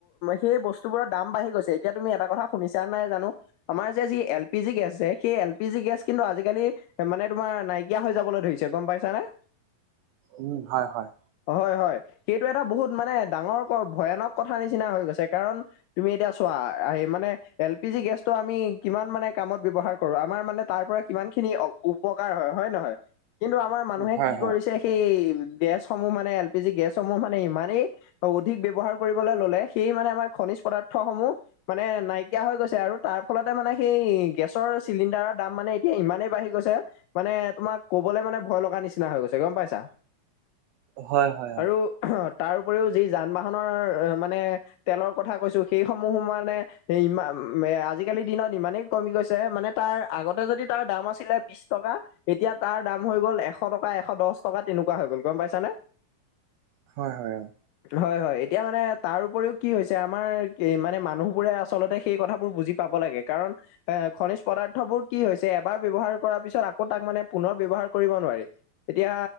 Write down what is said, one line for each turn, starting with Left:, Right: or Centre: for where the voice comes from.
Left: সেই বস্তু বোৰৰ দাম বাঢ়ি গৈছে। এতিয়া তুমি এটা কথা শুনিছা নাই জানো। আমাৰ যে যি এল পি জি গেছ আছে সেই এল পি জি গেছ কিন্তু আজিকালি মানে তোমাৰ নাইকিয়া হৈ যাবলৈ ধৰিছে গম পাইছানে?
Right: উম, হয় হয়।
Left: হয়, হয় সেইটো এটা বহুত মানে ডাঙৰ ভয়ানক কথাাৰ নিচিনা হৈ গৈছে কাৰণ তুমি এতিয়া চোৱা আহ মানে এল পি জি গেছটো আমি কিমান মানে কামত ব্যৱহাৰ কৰো আমাৰ মানে তাৰ পৰা কিমান খিনি অ উপকাৰ হয় হয় নহয়? কিন্তু আমাৰ মানুহে
Right: হয় হয় হয়
Left: কি
Right: হয়
Left: কৰিছে সেই গেছসমূহ মানে এল পি জি গেছসমূহ মানে ইমানেই অধিক ব্যৱহাৰ কৰিবলৈ ললে সেই মানে আমাৰ খনিজ পদাৰ্থসমূহ মানে নাইকিয়া হৈ গৈছে আৰু তাৰ ফলতে মানে সেই গেছৰ চিলিণ্ডাৰৰ দাম মানে এতিয়া ইমানেই বাঢ়ি গৈছে। মানে তোমাক কবলৈ মানে ভয় লগা নিচিনা হৈ গৈছে গম পাইছা।
Right: অ হয় হয়
Left: আৰু অ, তাৰ উপৰিও যি যান বাহনৰ মানে তেলৰ কথা কৈছো সেইসমূহো মানে ইমান এ আজিকালিৰ দিনত ইমানেই কমি গৈছে মানে তাৰ আগতে যদি তাৰ দাম আছিলে বিশ টকা তেতিয়া তাৰ দাম হৈ গ'ল এশ টকা, এশ দহ টকা তেনেকুৱা হৈ গ'ল গম পাইছা নে?
Right: হয়, হয় অ।
Left: হয়, হয় এতিয়া মানে তাৰ উপৰিও কি হৈছে আমাৰ মানে মানুহবোৰে আচলতে সেই কথা বোৰ বুজি পাব লাগে কাৰণ এ খনিজ পদাৰ্থ বোৰ কি হৈছে এবাৰ ব্যৱহাৰ কৰাৰ পিছত আকৌ তাক মানে পুনৰ ব্যৱহাৰ কৰিব নোৱাৰি। এতিয়া